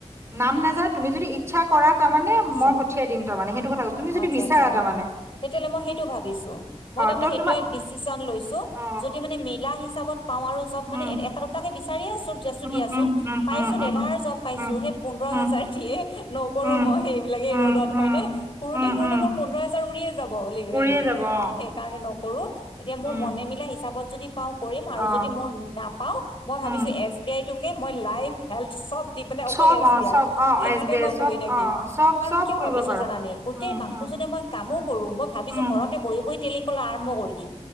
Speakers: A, on the right; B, on the left.
A: নাম নাজানো তুমি যদি ইচ্ছা কৰা তাৰ মানে
B: আচ্ছা।
A: মই পঠিয়াই দিম তাৰমানে সেইটো কথা ক তুমি যদি
B: আচ্ছা
A: বিচাৰা
B: আচ্ছা
A: তাৰমানে
B: অ তেতিয়াহ'লে মই সেইটো ভাবিছো মই তাৰমানে
A: ত
B: সেইটোৱে
A: তোমাৰ
B: দিচিশন লৈছো
A: অ
B: যদি মানে <unintelligible> চাবত পাওঁ আৰু জব
A: উম
B: মানে এটা দুটাকে বিচাৰি আছো
A: উম
B: দিয়াচোন
A: উম উম
B: পাইছো
A: উম
B: দেধাৰ জব পাইছো
A: উম
B: তো হে পোন্ধৰ
A: উম
B: হেজাৰ দিয়ে নকৰো
A: উম উম
B: মই সেইবিলাকে
A: উম
B: ৰ'দত
A: উম
B: হয় নে ফুৰোতে
A: উম
B: ফুৰোতে
A: উম
B: মোৰ পোন্ধৰ হাজাৰ উৰিয়ে যাব পলি হেৰি
A: উৰিয়ে যাব অ
B: সেইকাৰণে নকৰো এতিয়া মোৰ
A: উম
B: মনে মিলা হিচাপত যদি পাওঁ কৰিম
A: অ
B: আৰু যদি মোৰ নাপাওঁ মই।
A: উম
B: ভাৱিছো এচ বি আই মই লাইভ হেল্থ চব দি পেলাই
A: চব
B: অকল এচ
A: অ
B: বি
A: চব
B: আই দিয়াই
A: অ
B: সেইটোতে
A: এছ বি আই
B: মই
A: চব
B: বহি থাকিম
A: অ চব
B: কাৰণ
A: চব
B: কিয়
A: কৰিব
B: ভাবিছো
A: পাৰা
B: জানানে? গোটেই
A: উম
B: মাহতো
A: উম
B: যদি মই কামো কৰো মই ভাবিছো
A: উম
B: ঘৰতে বহি বহি তেলি কলা আৰম্ভ কৰি দিম